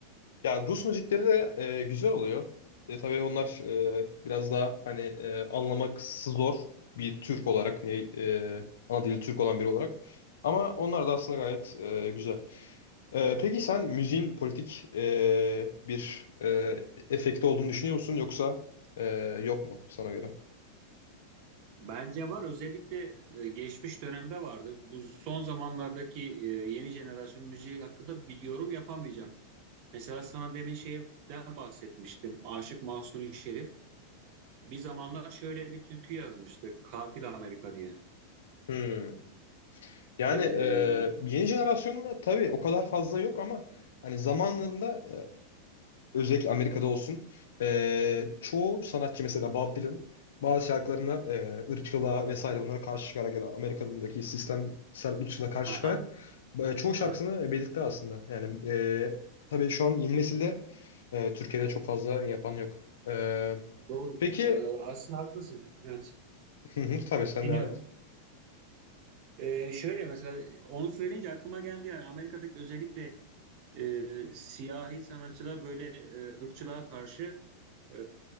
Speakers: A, on the left; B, on the right.
A: Ya Rus müzikleri de eee, güzel oluyor. E, tabii onlar eee, biraz daha hani eee, anlaması zor bir Türk olarak ne eee, ana dili Türk olan biri olarak. Ama onlar da aslında gayet eee, güzel. Eee, peki sen müziğin politik eee, bir eee, efekti olduğunu düşünüyor musun yoksa eee, yok mu sana göre?
B: Bence var. Özellikle e, geçmiş dönemde vardı. Bu son zamanlardaki e, yeni jenerasyon müziği hakkında bir yorum yapamayacağım. Mesela sana demin şeyden bahsetmiştim. Aşık Mahsuni Şerif. Bir zamanlar şöyle bir türkü yazmıştı. Katil Amerika diye.
A: Hmm. Yani
B: E,
A: e, yeni jenerasyonla tabii o kadar fazla yok ama hani zamanında e, özellikle Amerika'da olsun e, çoğu sanatçı mesela Bob Dylan bazı şarkılarına e, ırkçılığa vesaire bunlara karşı çıkarak ya da Amerika'daki sistemsel ırkçılığa karşı
B: aha,
A: çıkarak e, çoğu şarkısını
B: evet.
A: belirtti aslında. Yani e, tabii şu an yeni nesilde e, Türkiye'de çok fazla yapan yok. E,
B: Doğru.
A: peki
B: E,
A: <laughs>
B: aslında haklısın. Evet.
A: hı hı, tabii sen
B: Dinliyorum.
A: devam et.
B: Ee, şöyle mesela onu söyleyince aklıma geldi yani Amerika'daki özellikle e, siyahi sanatçılar böyle e, ırkçılığa karşı e,